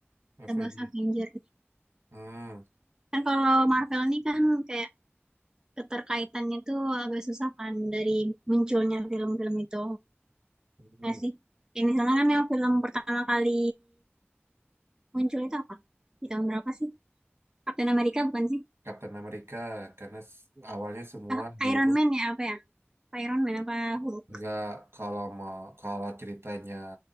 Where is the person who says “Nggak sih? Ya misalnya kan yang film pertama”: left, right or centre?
Right